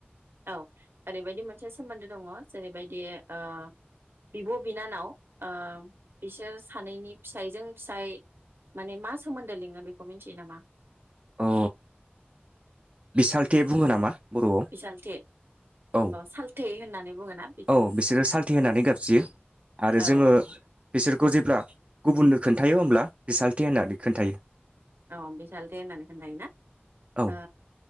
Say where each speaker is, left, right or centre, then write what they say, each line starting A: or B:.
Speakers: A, on the right (about 70°); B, on the right (about 30°).
A: औ ओरैबायदि मोनसे मोनसे सोमोन्दो दङ जेरैबायदि ओ बिब' बिनानाव ओ बिसोर सानैनि फिसाइजों फिसाय माने मा सोमोन्दो लिङो बेखौ मिथियो नामा?
B: अ बिसालथे बुङो नामा? बर'आव
A: बिसालथे
B: औ
A: सालथे होननानै बुङोना
B: औ बिसोरो सालथे होनानै गाबज्रियो आरो
A: औ
B: जोङो
A: औ
B: बिसोरखौ जेब्ला गुबुननो खोन्थायो होमब्ला बिसालथे होननानै खोन्थायो
A: औ बि सालथे होननानै होना खोन्थायोना
B: औ
A: ओ